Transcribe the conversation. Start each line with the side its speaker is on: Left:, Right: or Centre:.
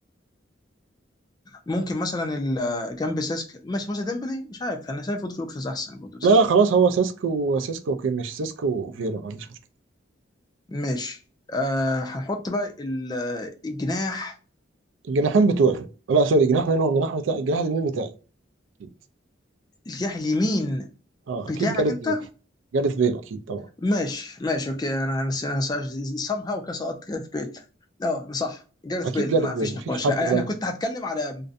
Left: ممكن مثلا ال جنب سيسك ماشي مثلا ديمبلي مش عارف انا شايف في اوبشنز احسن برضه بس.
Right: لا لا خلاص هو سيسكو وسيسكو اوكي ماشي سيسكو وفيرا ما عنديش مشكلة
Left: ماشي آه هنحط بقى ال- الجناح
Right: الجناحين بتوعي لا سوري الجناح مين هو الجناح بتاعي الجناح اليمين بتاعي أكيد
Left: الجناح اليمين
Right: اه
Left: بتاعك
Right: اكيد جاريث
Left: انت
Right: بيل جاريث بيل اكيد طبعا
Left: ماشي ماشي اوكي انا نسيناها سام هاو كده سقطت جاريث بيل اه صح جاريث
Right: اكيد
Left: بيل
Right: جاريث
Left: ما
Right: بيل
Left: فيش
Right: مفيش
Left: نقاش
Right: حد
Left: انا
Right: قريب
Left: انا كنت هتكلم على